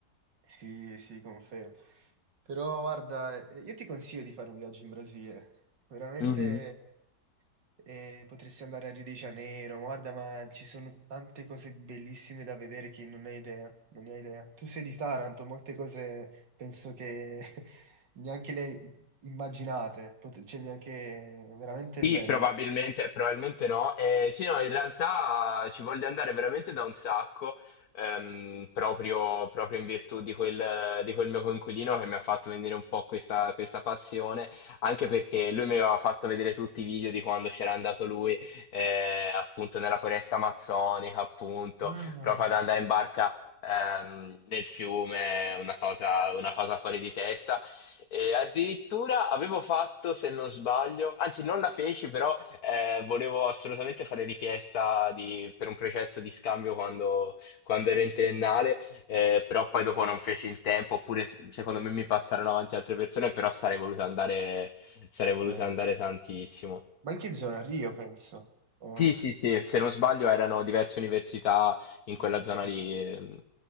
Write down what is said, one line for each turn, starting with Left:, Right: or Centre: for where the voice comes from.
Right: Sì, sì, confermo. Però guarda, eh, io ti consiglio di fare un viaggio in Brasile. Veramente
Left: Mhm.
Right: eh, potresti andare a Rio de Janeiro, guarda, ma ci sono tante cose bellissime da vedere che non hai idea, non ne hai idea. Tu sei di Taranto, molte cose penso che <laughs> neanche le immaginate, Pot- cioè neanche veramente
Left: Sì,
Right: bello.
Left: probabilmente, probabilmente no. Eh, sì, no, in realtà ci voglio andare veramente da un sacco, ehm, proprio, proprio in virtù di quel, di quel mio coinquilino che mi ha fatto venire un po' questa, questa passione, anche perché lui mi aveva fatto vedere tutti i video di quando c'era andato lui, eh, appunto nella foresta amazzonica, appunto,
Right: Ah,
Left: proprio ad andare in barca. ehm, nel fiume, una cosa, una cosa fuori di testa e addirittura avevo fatto, se non sbaglio, anzi non la feci, però eh, volevo assolutamente fare richiesta di- per un progetto di scambio quando, quando ero in triennale, eh, però poi dopo non feci in tempo, oppure s- secondo me mi passarono avanti altre persone, però sarei voluto andare, sarei voluto
Right: eh,
Left: andare tantissimo.
Right: ma in che zona? Rio, penso. Oh,
Left: Sì, sì, sì, se non sbaglio erano diverse università in quella
Right: eh,
Left: zona lì, ehm,